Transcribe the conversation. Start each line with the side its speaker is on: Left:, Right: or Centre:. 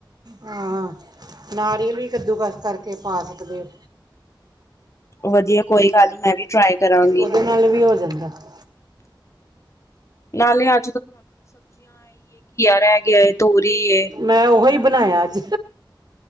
Right: ਹਾਂ ਨਾਰੀਅਲ ਵੀ ਕੱਦੂ ਕਸ ਕਰਕੇ ਪਾ ਸਕਦੇ ਹੋ।
Left: ਵਧੀਆ ਕੋਈ ਗੱਲ ਨੀ, ਮੈਂ ਵੀ ਟਰਾਏ ਕਰਾਂਗੀ।
Right: ਉਹਦੇ ਨਾਲ ਵੀ ਹੋ ਜਾਂਦਾ ਏ।
Left: ਨਾਲੇ ਆ ਰਹਿ ਗਿਆ ਏ ਤੋਰੀ ਏ
Right: ਮੈਂ ਓਹੀ ਬਣਾਏਆ ਆਜ